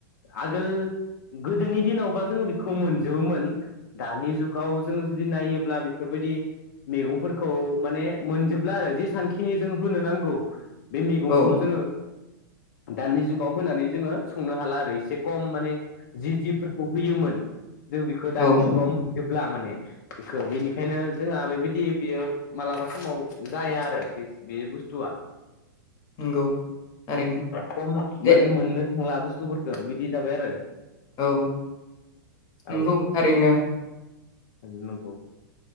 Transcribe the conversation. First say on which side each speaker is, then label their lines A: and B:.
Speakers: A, on the left; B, on the left.
A: आगोल गोदोनि दिनावबा जोङो बेखौ <unintelligible> जोबोमोन दानि <unintelligible> गाव जोङो जुदि नायोब्ला बेफोरबायदि मैगंफोरखौ माने मोनजोबला आरो। जेसांखिनि जों होनो नांगौ। बे मैगंखौ
B: औ
A: जोङो दानि जुगाव होनानै जोङो संनो हाला। एसे कम माने जि जिफोरखौ होयोमोन। जों बेखौ दानि
B: औ
A: जुगाव <unintelligible> <unintelligible> माने बेखौ बेनिखायनो जोंहा बेबायदि बेयो मालाबा समाव जाया आरो। बे बे बुस्थुआ
B: नंगौ थारैनो
A: खम।
B: दे
A: माने मोननो थांला बुस्थुफोरखो। <unintelligible> जाबाय आरो
B: औ नंगौ
A: औ
B: थारैनो।
A: नंगौ।